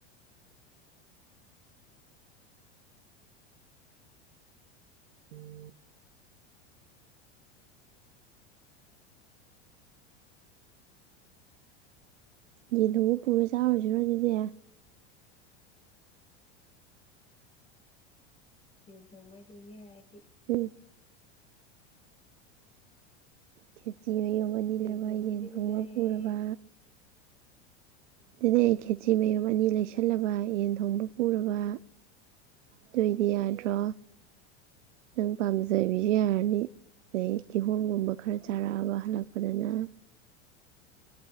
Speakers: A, on the right; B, on the left.
A: <inaudible> ꯌꯦꯟ ꯊꯣꯡꯕ ꯄꯨꯔꯥ ꯆꯥꯔꯨꯖꯤꯔꯣ ꯑꯗꯨꯗꯤ
B: ꯌꯦꯟ ꯊꯣꯡꯕꯩ <unintelligible> ꯍꯥꯏꯔꯗꯤ
A: ꯎꯝ ꯈꯦꯆꯤ ꯃꯌꯣꯝ ꯑꯅꯤ
B: ꯇꯦꯟ
A: ꯂꯩꯔꯕ
B: ꯊꯣꯡꯕꯩꯗꯤ
A: ꯌꯦꯟ
B: ꯑꯗꯨꯝ
A: ꯊꯣꯡꯕ
B: ꯌꯥꯏꯌꯦ
A: ꯄꯨꯔꯕ ꯗꯨꯗꯩ ꯑꯩ ꯈꯦꯆꯤ ꯃꯌꯣꯝ ꯑꯅꯤ ꯂꯩꯁꯜꯂꯕ ꯌꯦꯟ ꯊꯣꯡꯕ ꯄꯨꯔꯕ ꯗꯣꯏꯗꯤ ꯌꯥꯗ꯭ꯔꯣ ꯅꯪ ꯄꯥꯝꯖꯕꯤꯖꯨ ꯌꯥꯔꯅꯤ ꯑꯗꯩ ꯀꯤꯍꯣꯝꯒꯨꯝꯕ ꯈꯔ ꯆꯥꯔꯛꯑꯕ ꯍꯜꯂꯛꯄꯗꯅ